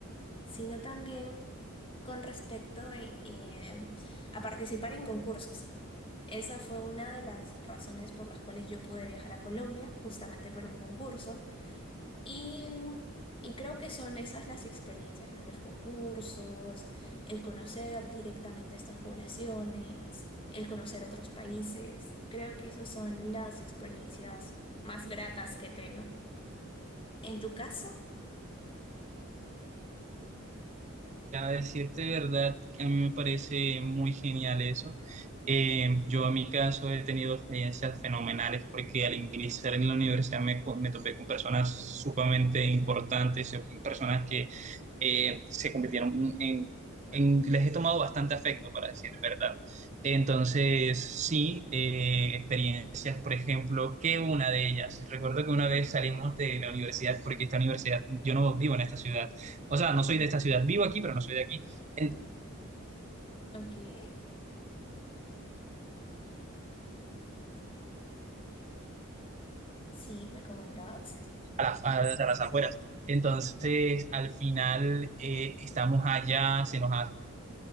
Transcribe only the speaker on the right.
A decirte verdad, a mí me parece muy genial eso. Eh, yo en mi caso he tenido experiencias fenomenales porque al ingresar en la universidad me, co- me topé con personas sumamente importantes, eh, personas que eh, se convirtieron en, en- Les he tomado bastante afecto, para decir verdad. Entonces, sí, eh, experiencias, por ejemplo, que una de ellas, recuerdo que una vez salimos de la universidad, porque esta universidad, yo no vivo en esta ciudad. O sea, no
soy de esta ciudad, vivo aquí, pero no soy de aquí, en-
a las, a las- a las afueras. Entonces, al final, eh, estamos allá, se nos hace